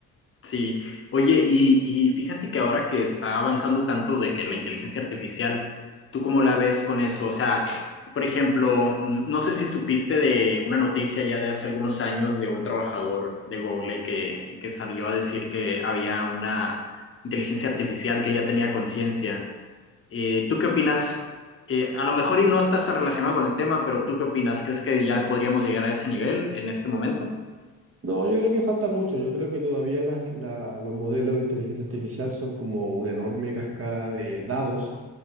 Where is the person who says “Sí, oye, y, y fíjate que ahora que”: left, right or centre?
Left